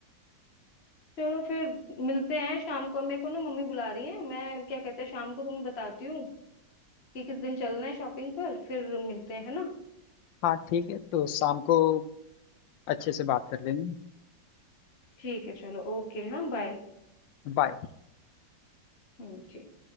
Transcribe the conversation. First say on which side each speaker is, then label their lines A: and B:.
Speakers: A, on the left; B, on the left.
A: चलो फिर मिलते हैं शाम को मेरे को ना मम्मी बुला रही है मैं क्या कहते हैं शाम को तुम्हें बताती हूँ कि किस दिन चलना है शॉपिंग पर फिर मिलते हैं है ना
B: हाँ ठीक है तो शाम को अच्छे से बात कर लेंगे
A: ठीक है चलो ओके हाँ बाय
B: बाय
A: हम्म ठीक